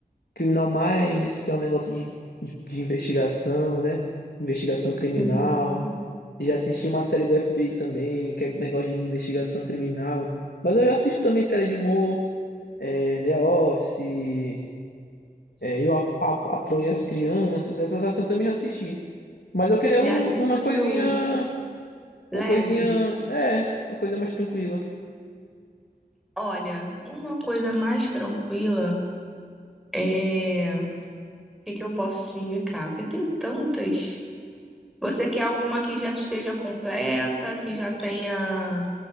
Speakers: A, on the left (about 75°); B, in the centre.
A: Criminal Minds, que é um negócio de, de, de investigação, né? Investigação criminal.
B: Hum,
A: Já assisti uma série do FBI também, que é um negócio de investigação criminal. Mas eu assisto também série de humor, é, The Office, é, Eu a, a, a Troia e as Crianças, essas assim eu também já assisti. Mas eu queria
B: Já
A: um-
B: assistiu
A: uma coisinha,
B: Leve?
A: uma coisinha, é, uma coisa mais tranquila.
B: Olha, uma coisa mais tranquila é. O que que eu posso te indicar? Porque tem tantas. Você quer alguma que já esteja completa, que já tenha